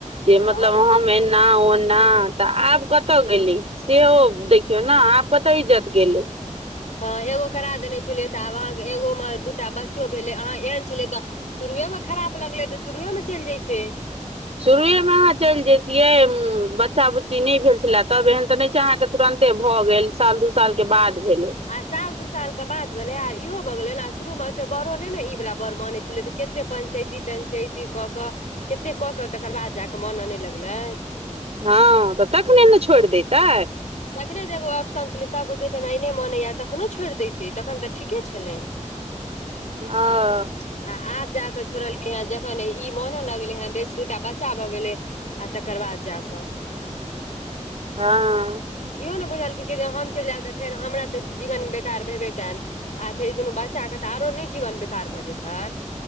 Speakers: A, on the right; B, on the left.
A: के
B: हँ
A: मतलब हम एना ओना तऽ आब कतय गेलै सेहो देखियौ न आ कतऽ इज्जत गेलै
B: हँ एगो करा देने छलियै तऽ आब अहाँके एगो मे दूटा बच्चो भेलै अहाँ एहन छलै तऽ शुरुएमे खराप लगलै तऽ शुरुएमे चलि जैतै
A: शुरुएमे अहाँ चलि जैतियै बच्चा बुच्ची नै भेल छलए त एहन तऽ नै छै अहाँके तुरंते भऽ गेल साल दू साल के बाद भेलै
B: आ साल दू साल के बाद भेले आ इहो भऽ गेलै आ शुरू मे ओते बड़ो नै ने ई वालला बड़ मानैत छलै तऽ खे कते पंचैती तंचैती कऽ क केते क के तकर बाद जा कऽ मान्न नै लगले
A: हँ तऽ तखने न छोड़ि देैतै
B: तखने जेऽ एगो ऑप्शन छलै सभके कहितै हमरा ई नै मनेया तखनो छोड़ि देैतै तखन तऽ ठीके छलै
A: आ ओ
B: आ आब जाकऽ छोड़लकै ह़ं जखन ई मोनो लगलै हेँ बेस दू टा बच्चा भऽ गेलै आ तकर बाद जा कऽ
A: हँ
B: इहो ने बुझलकै कि हम चलि जायब तऽ फेर हमरा तऽ जीवन बेकार भेबे कयल आ फेर ई दुनू बच्चा के तऽ आरो नै जीवन बेकार भऽ जेतै